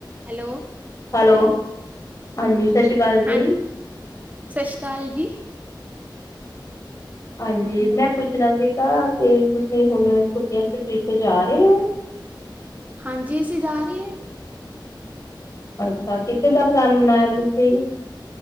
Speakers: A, on the right; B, on the left.
A: ਹੈਲੋ
B: ਹੈਲੋ ਹਾਂਜੀ ਸਤਿ ਸ਼੍ਰੀ ਅਕਾਲ ਜੀ
A: ਹਾਂ ਸਤਿ ਸ਼੍ਰੀ ਅਕਾਲ ਜੀ
B: ਹਾਂਜੀ ਮੈਂ ਪੁੱਛਣਾ ਸੀਗਾ ਤੇ ਤੁਸੀਂ ਹੁਣ ਛੁੱਟੀਆਂ ਚ ਟ੍ਰਿਪ ਜਾ ਰਹੇ ਹੋ
A: ਹਾਂਜੀ ਅਸੀਂ ਜਾ ਰਹੇ ਹਾਂ
B: ਅੱਛਾ ਕਿੱਥੇ ਦਾ ਪਲਾਨ ਬਣਾਇਆ ਤੁਸੀਂ